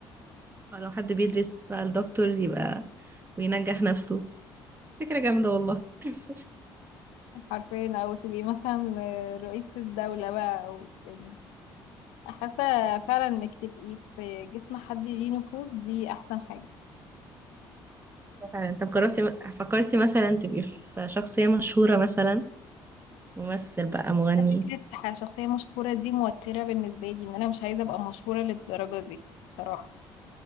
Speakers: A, on the right; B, on the left.
A: أو لو حد بيدرس بقى الدكتور يبقى وينجح نفسه فكرة جامدة والله <laughs>
B: حرفيا او تبقي مثلا آه، رئيس الدولة بقى او يعني حاسة فعلا انك تبقي في جسم حد ليه نفوذ دي احسن حاجة
A: فعلا طب جربتي فكرتي مثلا تبقي في شخصية مشهورة مثلا ممثل بقى مغني
B: فكرة ح- شخصية مشهورة دي موترة بالنسبة لي ان انا مش عايزة ابقى مشهورة للدرجة دي بصراحة